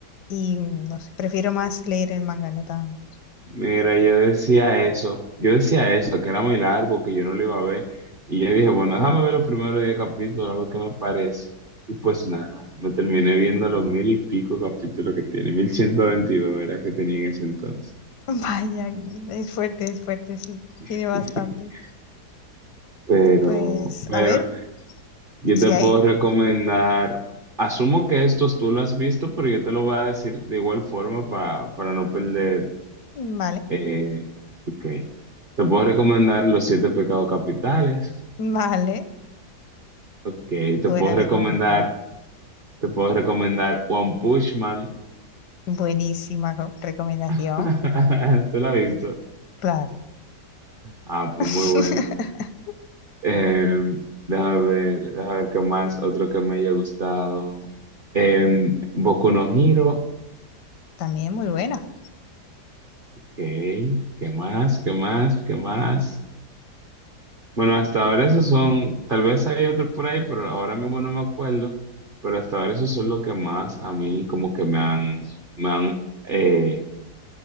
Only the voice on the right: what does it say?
Mira, yo decía eso, yo decía eso, que era muy largo, que yo no lo iba a ver, y yo dije, bueno, déjame ver los primeros 10 capítulos, a ver qué me parece. Y pues nada, me terminé viendo los mil y pico capítulos que tiene, 1122, era que tenía en ese entonces.
<laughs>
Pero,
pero
yo
te
puedo recomendar, asumo que estos tú lo has visto, pero yo te lo voy a decir de igual forma pa- para no perder.
eh, ok, te puedo recomendar Los Siete Pecados Capitales.
Ok,
te puedo
recomendar, te puedo recomendar One Punch Man.
<laughs> ¿Tú la has visto?
Ah, pues
muy bueno. Em, déjame ver, déjame ver qué más, otro que me haya gustado. Em, Boku no Hero.
Ok, ¿qué más? ¿Qué más? ¿Qué más? Bueno, hasta ahora esos son, tal vez hay otro por ahí, pero ahora mismo no me acuerdo. Pero hasta ahora esos son los que más a mí como que me han, me han eh,